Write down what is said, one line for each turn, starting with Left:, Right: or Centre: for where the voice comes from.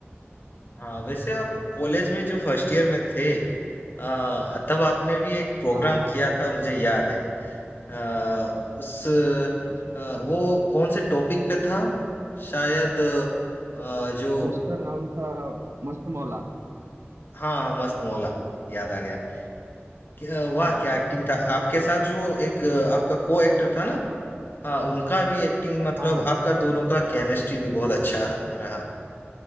Left: हाँ वैसे आप कॉलेज में जो फर्स्ट ईयर में थे आ, तब आपने भी एक प्रोग्राम
Right: हाँ हाँ
Left: किया था मुझे याद है अ, उस
Right: अच्छा अच्छा
Left: अ, वो कौन से टॉपिक पे था शायद अ, जो
Right: उसका नाम था मस्त मौला
Left: हाँ हाँ, मस्त मौला याद आ गया क्या- वाह
Right: हाँ
Left: क्या
Right: बिल्कुल
Left: एक्टिंग था आपके साथ जो एक अ, आपका को एक्टर था ना हाँ उनका भी एक्टिंग मतलब
Right: हाँ हाँ
Left: आपका दोनों का केमिस्ट्री भी बहुत अच्छा रहा